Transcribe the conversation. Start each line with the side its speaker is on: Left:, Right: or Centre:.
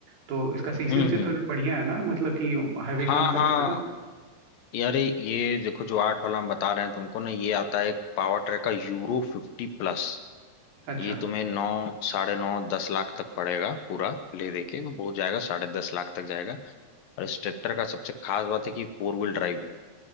Right: तो इसका सीसी
Left: हम्म
Right: उसी तो
Left: हम्म
Right: बढ़िया है ना मतलब कि हैवी
Left: हाँ
Right: काम कर
Left: हाँ
Right: लेगा ना
Left: यारे ये देखो जो आठ वाला हम बता रहे हैं तुमको ना ये आता है पावर ट्रैक का यूरो फिफ्टी प्लस
Right: अच्छा
Left: ये तुम्हें नौ साढ़े नौ दस लाख तक पड़ेगा पूरा ले दे के वो बहुत जाएगा साढ़े दस लाख तक जाएगा और इस ट्रैक्टर का सबसे खास बात है कि फोर व्हील ड्राइव है